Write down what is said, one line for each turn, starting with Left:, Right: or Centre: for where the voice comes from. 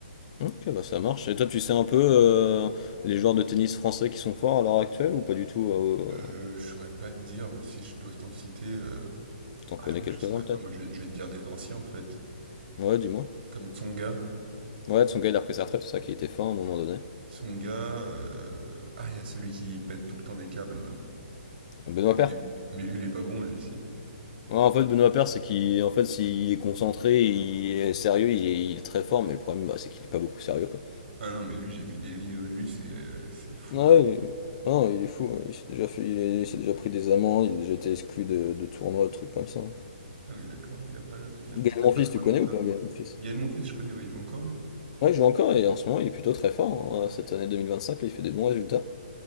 Left: Ok, bah ça marche. Et toi, tu sais un peu euh, les joueurs de tennis français qui sont forts à l'heure actuelle ou pas du tout euh,
Right: Euh, je saurais pas te dire, mais si je dois t'en citer. euh,
Left: T'en connais
Right: Ah non,
Left: quelques-uns
Right: je saurais
Left: peut-être?
Right: pas, moi je vais, je vais te dire des anciens en fait.
Left: Ouais, dis-moi.
Right: Comme Tsonga.
Left: Ouais, son gars, il a repris sa retraite, c'est ça qui était fort à un moment donné.
Right: Tsonga. euh, Ah, il y a celui qui pète tout le temps des câbles là.
Left: Benoît
Right: Mais lui,
Left: Paire.
Right: il est- mais lui, il est pas bon lui aussi.
Left: Ouais, en fait, Benoît Paire, c'est qu'il, en fait, s'il est concentré, il est sérieux, il est, il est très fort, mais le problème, bah, c'est qu'il est pas beaucoup sérieux, quoi.
Right: Ah non, mais lui, j'ai vu des vidéos de lui, c'est euh, c'est fou
Left: Ouais,
Right: comme.
Left: il... non, il est fou. ouais. Il s'est déjà fait, il est- il s'est déjà pris des amendes, il a déjà été exclu de, de tournois, de trucs comme ça.
Right: Ah oui, d'accord, il a pas, il a
Left: Gaël
Right: peut-être
Left: Monfils,
Right: pas trop
Left: tu
Right: le
Left: connais
Right: mental.
Left: ou pas Gaël Monfils?
Right: Gaël Monfils, je connais, ouais, il joue encore lui.
Left: Ouais, il joue encore et en ce moment il est plutôt très fort. hein. Euh, Cette année 2025, là, il fait des bons résultats.